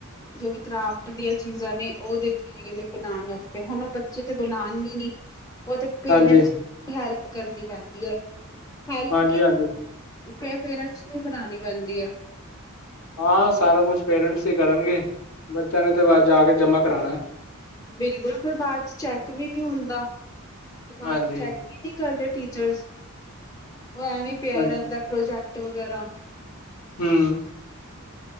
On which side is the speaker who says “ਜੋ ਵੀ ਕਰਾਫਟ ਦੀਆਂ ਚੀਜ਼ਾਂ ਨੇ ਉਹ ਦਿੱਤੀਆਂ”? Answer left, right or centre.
Left